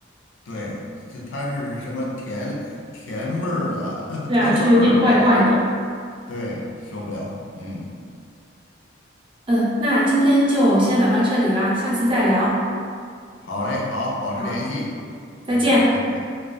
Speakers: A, on the left; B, on the right.
A: 对，这它是什么甜甜味儿的 <laughs>
B: 对啊，
A: 甜酸味儿的包子，
B: 就有点怪怪的。
A: 对，受不了，嗯，
B: 嗯，那今天就先聊到这里啦，下次再聊。
A: 好嘞，好，保持联系，
B: 好，
A: 嗯，
B: 再见。
A: 再见。